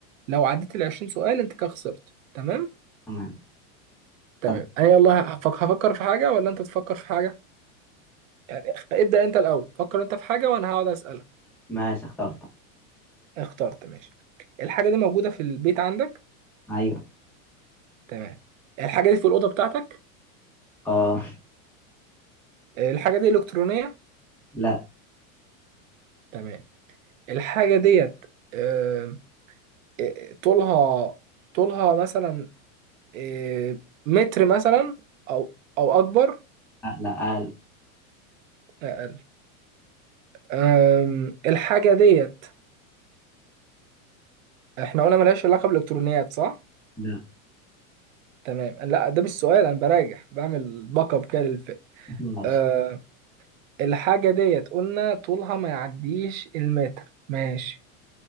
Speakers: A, on the right; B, in the centre.
A: لو عديت ال 20 سؤال انت كده خسرت تمام
B: تمام
A: تمام
B: أبقى.
A: انا يلا هفك- هفكر في حاجه ولا انت تفكر في حاجه يعني اخ- ابدا انت الاول فكر انت في حاجه وانا هقعد اسالك
B: ماشي اخترت
A: اخترت ماشي الحاجه دي موجوده في البيت عندك
B: أيوه
A: تمام الحاجه دي في الاوضه بتاعتك
B: آه
A: الحاجه دي الكترونيه
B: لا
A: تمام الحاجه ديت آه، آه، طولها طولها مثلا آه، متر مثلا او او اكبر
B: لا لا آه،
A: اقل آم، الحاجه ديت احنا قلنا ملهاش علاقه بالالكترونيات صح
B: لا
A: تمام لا ده مش سؤال انا براجع بعمل باك اب كده للفيلم
B: ماشي
A: أه الحاجه ديت قلنا طولها ما يعديش المتر ماشي